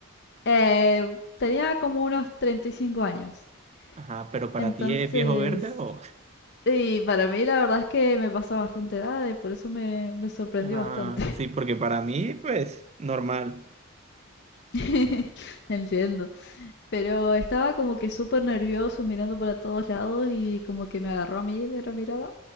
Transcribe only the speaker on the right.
Ajá, pero para
ti es viejo verde o... <laughs>
Ah,
sí, porque para mí, pues, normal.